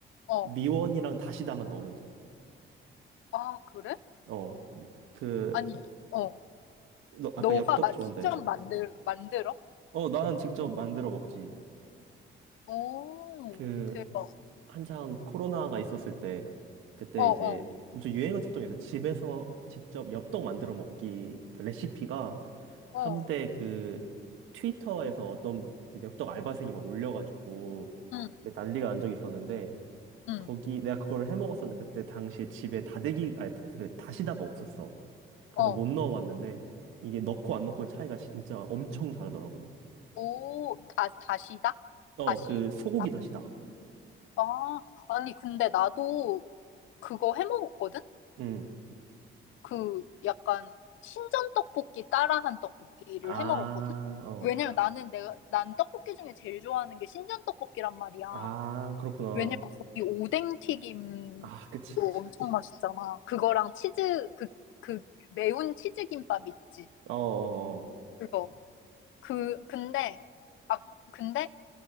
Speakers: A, on the left; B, on the right.
A: 어.
B: 미원이랑 다시다만 넣으면 돼.
A: 아, 그래?
B: 어, 그,
A: 아니, 어.
B: 너 아까
A: 너가
B: 엽떡
A: 마,
B: 좋아한다
A: 직접
B: 해서.
A: 만들, 만들어?
B: 어, 나는 직접 만들어 먹지.
A: 오,
B: 그,
A: 대박.
B: 한창 코로나가 있었을 때 그때
A: 어, 어,
B: 이제 엄청 유행했었던 게 있어요. 집에서 직접 엽떡 만들어 먹기 그 레시피가
A: 어,
B: 한때 그 트위터에서 어떤 그 엽떡 알바생이 막 올려가지고
A: 응,
B: 그게 난리가 난 적이 있었는데
A: 응,
B: 거기 내가 그걸 해 먹었었는데 그때 당시에 집에 다대기 아니 그 다시다가 없었어. 그래서
A: 어.
B: 못 넣어봤는데 이게 넣고 안 넣고의 차이가 진짜 엄청 다르더라고.
A: 오, 다, 다시다?
B: 어,
A: 다시다?
B: 그 소고기 다시다.
A: 아, 아니, 근데 나도 그거 해 먹었거든?
B: 음.
A: 그 약간 신전 떡볶이 따라한 떡볶이를
B: 아,
A: 해 먹었거든?
B: 어.
A: 왜냐면 나는 내가, 난 떡볶이 중에 제일 좋아하는 게 신전 떡볶이란 말이야.
B: 아, 그렇구나.
A: 왜냐면 거기 오뎅 튀김도
B: 아, 그치, 그치,
A: 엄청
B: 그치.
A: 맛있잖아. 그거랑 치즈, 그, 그 매운 치즈 김밥 있지.
B: 어어어.
A: 그거. 그, 근데, 아, 근데,